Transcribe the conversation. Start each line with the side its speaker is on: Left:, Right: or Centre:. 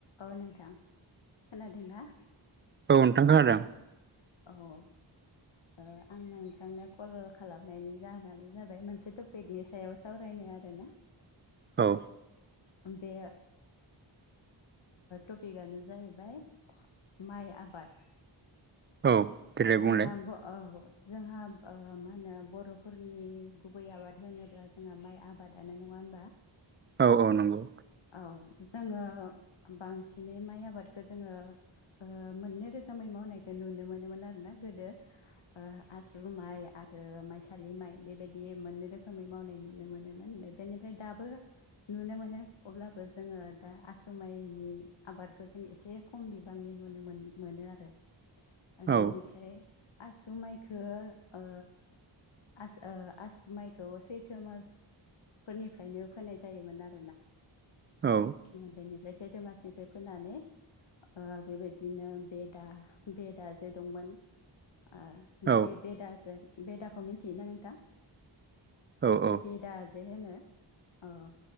Left: औ नोंथां खोनादोंना?
Right: औ नोंथां खोनादों
Left: औ आं नोंथांनो कल खालामनायनि जाहोनानो जाबाय मोनसे टपिकनि सायाव सावरायनो आरोना।
Right: औ
Left: बे टपिकआनो जाहैबाय माइ आबाद।
Right: औ देलाय
Left: जोंहा
Right: बुंलाय
Left: जोंहा मा होनो बर'फोरनि गुबै आबाद होनोब्ला जोंहा माइ आबादानो नङा होमबा? होनबा?
Right: औ औ नंगौ
Left: अ जोङो बांसिनै माइ आबादखौ जोङो ओ मोननै रोखोमै मावनायखौ नुनो मोनोमोन आरो ना गोदो आसु माइ आरो माइसालि माइ बेबायदि मोननै रोखोमै मावनाय नुनो मोनोमोन बेनिफ्राय दाबो नुनो म अब्लाबो जोङो दा आसु माइनि आबादखौ जों एसे खम बिबांनि नुनो मोनो मोनो आरो
Right: औ
Left: बेनिफ्राय आसु माइखौ ओ आस आसु माइखौ सैथो मासफोरनिफ्रायनो फोनाय जायोमोन आरो ना
Right: औ
Left: जोङो बेनिफ्राय सैथो मासनिफ्राय फोनानै ओ बेबायदिनो बेदा बेदा जे दंमोन ओ
Right: औ
Left: बे बेदाजों बेदाखौ मिथियोना नोंथां
Right: औ औ
Left: बेदा जे होनो अ